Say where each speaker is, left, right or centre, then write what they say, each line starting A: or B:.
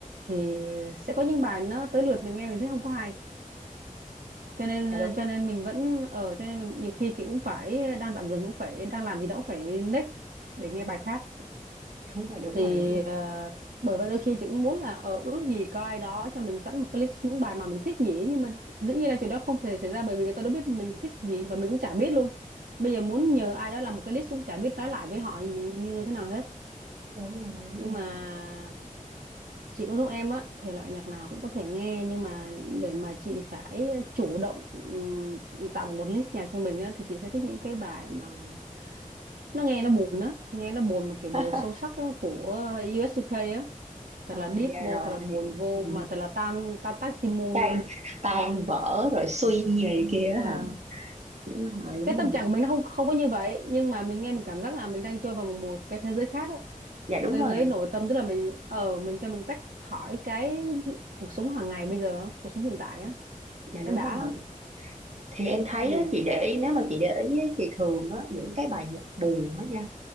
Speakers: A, on the right; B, on the right.
A: thì sẽ có những bài nó tới lượt mình nghe mình thấy không có hay cho nên
B: dạ đúng
A: cho
B: rồi
A: nên mình vẫn ở cho nên mình, nhiều khi chị cũng phải đang tạm dừng cũng phải đang làm gì đó cũng phải next để nghe bài khác
B: đúng rồi đúng
A: thì
B: rồi đúng rồi
A: ờ, bởi vậy đôi khi chị cũng muốn là ở ước gì có ai đó cho mình sẵn một cái list những bài mà mình thích nhỉ nhưng mà dĩ nhiên là chuyện đó không thể xảy ra bởi vì người ta đâu biết mình thích gì và mình cũng chả biết luôn bây giờ muốn nhờ ai đó làm một cái list cũng chả biết nói lại với họ như, như thế nào hết
B: đúng rồi
A: nhưng
B: đúng rồi
A: mà chị cũng giống em á thể loại nhạc nào cũng có thể nghe nhưng mà để mà chị phải chủ động ừm, tạo một list nhạc cho mình á thì chị sẽ thích những cái bài mà nó nghe nó buồn á nghe nó buồn mà kiểu buồn
B: <laughs>
A: sâu sắc á, của US UK á thật
B: à,
A: là deep
B: dạ
A: vô
B: rồi
A: thật là buồn vô
B: Ừ,
A: mà thật là tan tan tác chim muông
B: tan
A: vô
B: tan vỡ rồi suy
A: Ờ.
B: gì này kia á
A: Ờ,
B: hả đúng rồi
A: cái
B: đúng
A: tâm
B: rồi
A: trạng của mình nó không không có như vậy nhưng mà mình nghe mình cảm giác là mình đang trôi vào một, một cái thế giới khác á.
B: dạ
A: một
B: đúng
A: thế
B: rồi
A: giới nội tâm tức là mình ở mình cho mình tách khỏi cái cuộc sống hàng ngày bây giờ á, cuộc sống hiện tại á
B: Dạ
A: nên nó
B: đúng
A: đã
B: rồi.
A: lắm
B: Thì em thấy
A: ừ
B: á, chị để ý nếu mà chị để ý á, thì thường á, những cái bài nhạc buồn á nha